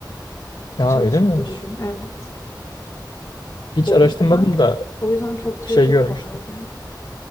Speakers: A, on the left (about 80°); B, on the left (about 35°).
A: Aa
B: Çalışmadı
A: öyle miymiş?
B: o gün. Evet.
A: Hiç
B: O
A: araştırmadım
B: yüzden
A: da
B: o yüzden çok trafik
A: şey görmüştüm.
B: vardı.